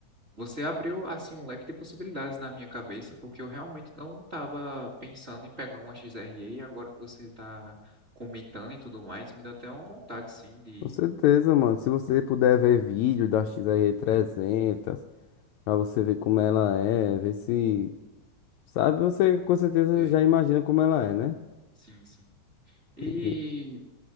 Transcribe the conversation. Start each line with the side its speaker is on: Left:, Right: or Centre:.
Right: você abriu, assim, um leque de possibilidades na minha cabeça, porque eu realmente não tava pensando em pegar uma XRE e e agora que você tá comentando e tudo mais, me dá até uma vontade, sim, de...
Left: com certeza, mano. Se você puder ver vídeo da XR300, pra você ver como ela é, ver se. Sabe, você com certeza
Right: de-
Left: já imagina como ela é, né?
Right: Sim, sim. E
Left: E